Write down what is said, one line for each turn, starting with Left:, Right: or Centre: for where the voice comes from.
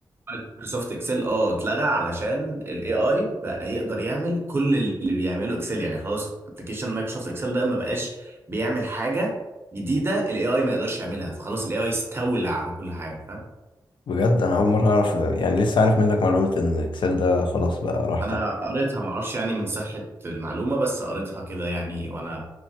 Right: مايكروسوفت اكسل اه اتلغى علشان الاي اي بقى يقدر يعمل كل اللي بيعمله اكسل يعني خلاص ابلكيشن مايكروسوفت اكسل ده ما بقاش بيعمل حاجة جديدة الاي اي ما يقدرش يعملها فخلاص الاي اي استولى على كل حاجة فاهم
Left: بجد انا اول مرة اعرف يعني لسه عارف منك معلومة ان اكسل ده خلاص بقى راح
Right: انا
Left: تقريبا
Right: قريتها معرفش يعني من صحة المعلومة بس قريتها كده يعني وانا